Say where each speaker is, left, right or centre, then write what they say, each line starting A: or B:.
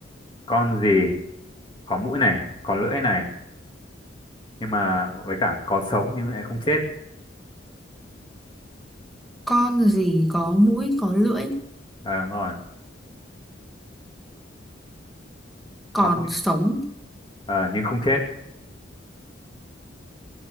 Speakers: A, on the left; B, in the centre.
A: con gì có mũi này có lưỡi này nhưng mà với cả có sống nhưng lại không chết
B: Con gì có mũi có lưỡi
A: à, đúng rồi
B: còn
A: có mũi
B: sống
A: ờ, nhưng không chết